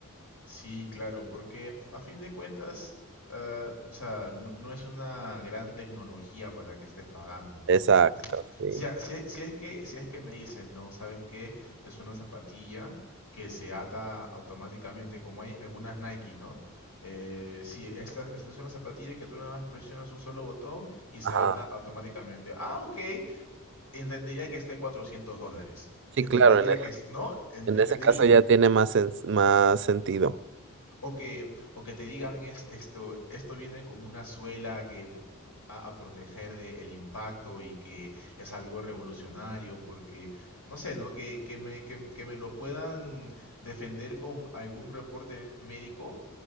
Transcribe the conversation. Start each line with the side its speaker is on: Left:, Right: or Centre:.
Left: sí, claro, porque a fin de cuentas, ah, o sea, no, no es una gran tecnología para la que estés pagando, ¿me
Right: Exacto,
Left: entiendes?
Right: sí.
Left: O sea, si, es si es que, si es que me dices, no, ¿sabes qué? Es una zapatilla que se ata automáticamente, como hay algunas Nikes, ¿no? Eh, sí, esta, esta es una zapatilla que tú nada más presionas un solo botón y se
Right: Ajá.
Left: ata automáticamente. Ah, ok. Entendería que esté 400 dólares.
Right: Sí,
Left: Entendería
Right: claro, en ese,
Left: que es, ¿no? En-
Right: en
Left: entendería.
Right: ese caso ya tiene más, sens- más sentido.
Left: O que, o que te digan es- esto, esto viene con una suela que va a proteger del impacto y que es algo revolucionario, porque, no sé, ¿no? Que, que me, que, m- que me lo puedan defender con algún reporte médico